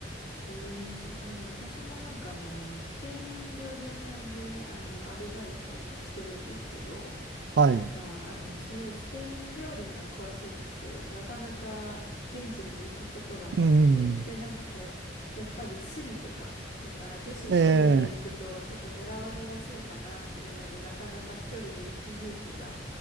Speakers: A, on the left; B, on the right.
A: ええすごい。私もなんかあの、スペイン料理屋さんであの、アルバイトをしてるんですけど、
B: はい、
A: なんか、あの、すごいスペイン料理には詳しいんですけど、なかなか現地に行くことがなくて、
B: うん、
A: で、なんかこう、やっぱりスリとか、なんか女子一人で行くとちょっと狙われやすいかなっていうので、
B: ええ、
A: なかなか一人で行く勇気が